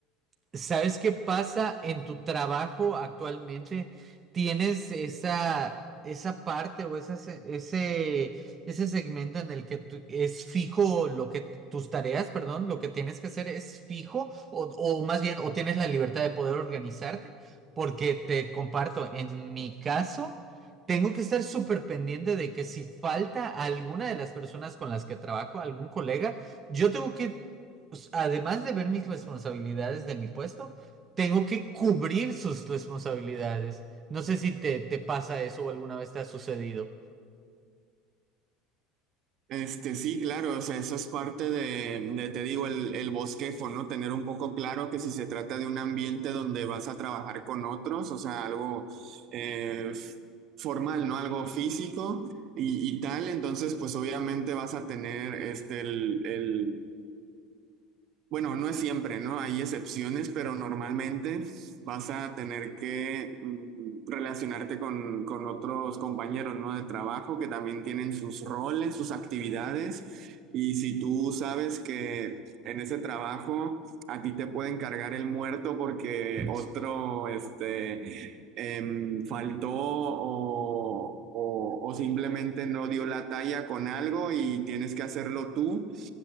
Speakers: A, on the right; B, on the right.
A: ¿Sabes qué pasa en tu trabajo actualmente? ¿Tienes esa, esa parte o esa se- ese, ese segmento en el que tú- es fijo lo que tus tareas, perdón, lo que tienes que hacer es fijo o, o más bien o tienes la libertad de poder organizarte? Porque te comparto, en mi caso, tengo que estar súper pendiente de que si falta alguna de las personas con las que trabajo, algún colega, yo tengo que pues, además de ver mis responsabilidades de mi puesto, tengo que cubrir sus responsabilidades. No sé si te, te pasa eso o alguna vez te ha sucedido.
B: Este, sí, claro, o sea, eso es parte de, de, te digo, el, el bosquejo, ¿no? Tener un poco claro que si se trata de un ambiente donde vas a trabajar con otros, o sea, algo eh, f- formal, ¿no? Algo físico y, y tal, entonces, pues obviamente vas a tener este, el, bueno, no es siempre, ¿no? Hay excepciones, pero normalmente vas a tener que mm, relacionarte con, con otros compañeros, ¿no? De trabajo que también tienen sus roles, sus actividades. Y si tú sabes que en ese trabajo a ti te pueden cargar el muerto porque
A: Ujú.
B: otro, este, em, faltó o, o o simplemente no dio la talla con algo y tienes que hacerlo tú.